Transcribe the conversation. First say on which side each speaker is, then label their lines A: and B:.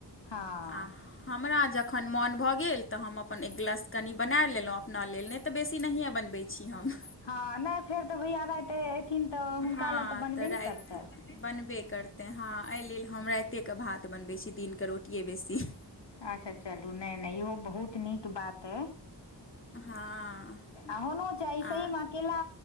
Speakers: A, on the left; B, on the left.
A: हँ
B: आह हमरा जखन मोन भऽ गेल तऽ हम अपन एक ग्लास कनि बना लेलौ अपना लेल नै तऽ बेसी नहिए बनबै। छी हम।
A: हँ नै फेर तऽ भैया रैत एयथिन तऽ हुनका
B: हँ
A: लए तऽ बनबे
B: राति
A: ने करतै।
B: बनबे करतै हँ एय लेल हम रैतेके भात बनबै छी दिनके रोटिए बेसी ह-
A: अच्छा चलू नै-नै इहो बहुत नीक बात अइ।
B: हँ
A: आ होनो चाही
B: आ
A: सहीमे अकेला